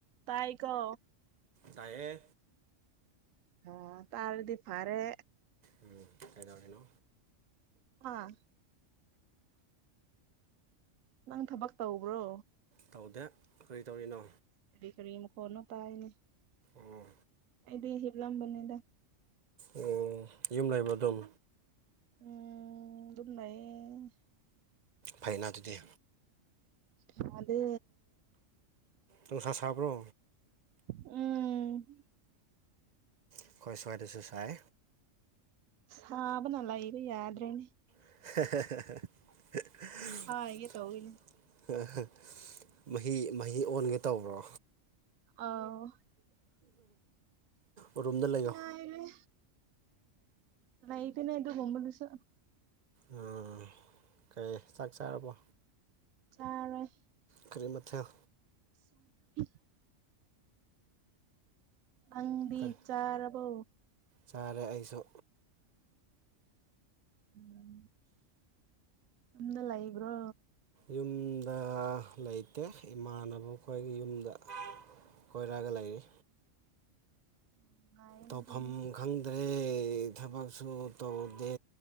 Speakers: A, on the right; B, on the right.
A: ꯇꯥꯏꯒꯣ
B: ꯇꯥꯢꯌꯦ
A: ꯑꯣ ꯇꯥꯔꯗꯤ ꯐꯔꯦ
B: ꯎꯝ ꯀꯩꯗꯧꯔꯝꯃꯤꯅꯣ
A: ꯍꯥ ꯅꯪ ꯊꯕꯛ ꯇꯧꯕ꯭ꯔꯣ
B: ꯇꯧꯗꯦ ꯀꯔꯤ ꯇꯧꯔꯤꯅꯣ
A: ꯀꯔꯤ ꯀꯔꯤ ꯃꯈꯣꯠꯅꯣ ꯇꯥꯏꯅꯦ
B: ꯑꯣ
A: ꯑꯩꯗꯤ ꯍꯤꯞꯂꯝꯕꯅꯤꯗ
B: ꯑꯣ ꯌꯨꯝ ꯂꯩꯕꯔꯣ ꯑꯗꯨꯝ
A: ꯎꯝ ꯑꯗꯨꯝ ꯂꯩꯌꯦ
B: ꯐꯩꯅ ꯑꯗꯨꯗꯤ
A: ꯁꯥꯗꯦ
B: ꯅꯨꯡꯁꯥ ꯁꯕ꯭ꯔꯣ
A: ꯎꯝ
B: ꯑꯩꯈꯣꯏ ꯁꯋꯥꯏꯗꯁꯨ ꯁꯥꯏ
A: ꯁꯥꯕꯅ ꯂꯩꯕ ꯌꯥꯗ꯭ꯔꯦꯅꯦ
B: <unintelligible>
A: ꯄꯣꯛꯈꯥꯏꯒꯦ ꯇꯧꯋꯤꯅꯦ
B: ꯃꯍꯤ ꯃꯍꯤ ꯑꯣꯟꯒꯦ ꯇꯧꯕ꯭ꯔꯣ
A: ꯑꯧ
B: ꯎꯔꯨꯝꯗ ꯂꯩꯌꯣ
A: ꯍꯥꯏꯔꯦ ꯂꯩꯕꯅꯦ ꯑꯗꯨꯀꯨꯝꯕꯗꯨꯁꯨ
B: ꯑꯥ ꯀꯩ ꯆꯥꯛ ꯆꯥꯔꯕꯣ
A: ꯆꯥꯔꯣꯢ
B: ꯀꯔꯤ ꯃꯥꯊꯦꯜ
A: ꯁ <inaudible> ꯅꯪꯗꯤ
B: ꯀꯔꯤ
A: ꯆꯥꯔꯕꯣ
B: ꯆꯥꯔꯦ ꯑꯩꯁꯨ
A: ꯎꯝ ꯌꯨꯝꯗ ꯂꯩꯕ꯭ꯔꯣ
B: ꯌꯨꯝꯗ ꯂꯩꯇꯦ ꯏꯃꯥꯟꯅꯕ ꯑꯩꯈꯣꯏꯒꯤ ꯌꯨꯝꯗ ꯀꯣꯏꯔꯒ ꯂꯩꯌꯦ
A: ꯅꯨꯡꯉꯥꯏꯌꯦꯅꯦ
B: ꯇꯧꯐꯝ
A: ꯑꯗꯨꯗꯤ
B: ꯈꯪ ꯈꯪꯗꯦ ꯊꯕꯛꯁꯨ ꯇꯧꯗꯦ